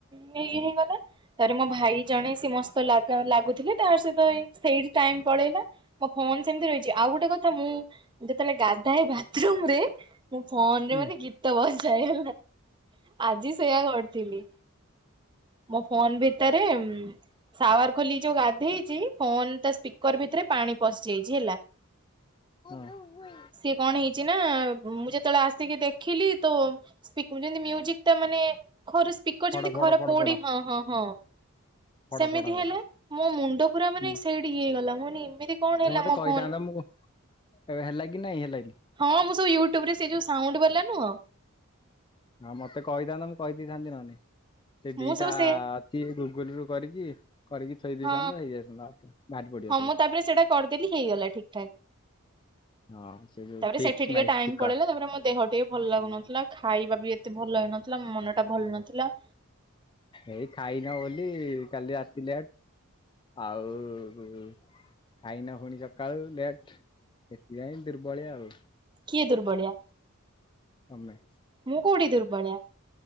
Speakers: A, on the right; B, on the left.
A: ନେଇ ହେଇଗଲା। ତାପରେ ମୋ ଭାଇ ଜଣେ ସିଏ ମୋ ସହିତ ଲଗା ଲାଗୁଥିଲେ। ତାର ସହିତ ସେଇଠି ଟାଇମ୍ ପଳେଇଲା। ମୋ ଫୋନ ସେମିତି ରହିଛି। ଆଉ ଗୋଟେ କଥା ମୁଁ ଯେତେବେଳେ ଗାଧାଏ ବାଥ୍ ରୁମ୍ ରେ ମୁଁ ଫୋନ୍
B: ହୁଁ
A: ରେ ମାନେ ଗୀତ ବଜାଏ ହେଲା। ଆଜି ସେୟା କରିଥିଲି। ମୋ ଫୋନ ଭିତରେ ସାୱାର ଖୋଲି ଯୋଉ ଗାଧେଇଛି ଫୋନ ତା ସ୍ପିକର ଭିତରେ ପାଣି ପଶି ଯାଇଛି ହେଲା।
B: ହଁ।
A: ସିଏ କଣ ହେଇଛି ନା ମୁଁ ଯେତେବେଳେ ଆସିକି ଦେଖିଲି ତ ସ୍ପିକ୍ ଯେମତି ମ୍ୟୁଜିକ ଟା ମାନେ ଖର ସ୍ପିକର
B: ପଡ
A: ଯେମିତି
B: ପଡ
A: ଖରାପ
B: ପଡ
A: ପଡେ।
B: ପଡ
A: ହଁ ହଁ ହଁ।
B: ପଡ
A: ସେମିତି
B: ପଡ ହବ
A: ହେଲା ମୋ ମୁଣ୍ଡ ପୁରା ମାନେ
B: ହୁଁ
A: ସେଇଠି ଇଏ ହେଇଗଲା। ମି ଏମିତି କଣ ହେଲା
B: ମତେ
A: ମୋ
B: କହିଥାନ୍ତ
A: ଫୋନ୍।
B: ମୁଁ ଏବେ ହେଲା କି ନାଇଁ। ହେଲାନି।
A: ହଁ ମୁଁ ସବୁ ୟୁଟ୍ୟୁବରେ ସେ ଯୋଉ ସାଉଣ୍ଡ୍ ବାଲା ନୁହଁ।
B: ହଁ ମତେ କହିଥାନନ୍ତ। ମୁଁ କହିଦେଇଥାନ୍ତି ନହନେ। ସେ ଦିଟା
A: ମୁଁ ସବୁ ସେ
B: ସିଏ ଗୁଗୁଲ ରୁ କରିକି କରିକି ଥୋଇ ଦେଇଥାନ୍ତ
A: ହଁ
B: ହେଇଯାଇଥାନ୍ତା ବାହାରି ପଡିବ
A: ହଁ
B: ସବୁ
A: ମୁଁ ତାପରେ ସେଟା କରିଦେଲି ହେଇଗଲା ଠିକ୍ ଠାକ୍। ତାପରେ
B: ହଁ ସେ ଯୋଉ ଫିକ୍ସ
A: ସେଠି ଟିକେ
B: ମାଇ
A: ଟାଇମ୍
B: ସ୍ପିକର
A: ପଳେଇଲା। ତାପରେ ମୋ ଦେହ ଟିକେ ଭଲ ଲାଗୁନଥିଲା। ଖାଇବା ବି ଏତେ ଭଲ ହେଇନଥିଲା। ମନଟା ଭଲ ନଥିଲା।
B: ଏଇ ଖାଇନ ବୋଲି କାଲି ଆସିଲେ ଆଉ ଖାଇନ ପୁଣି ସକାଳୁ ଲେଟ୍। ସେଥିପାଇଁ ଦୁର୍ବଳିଆ ଆଉ।
A: କିଏ ଦୁର୍ବଳିଆ?
B: ତମେ।
A: ମୁଁ କଉଠି ଦୁର୍ବଳିଆ।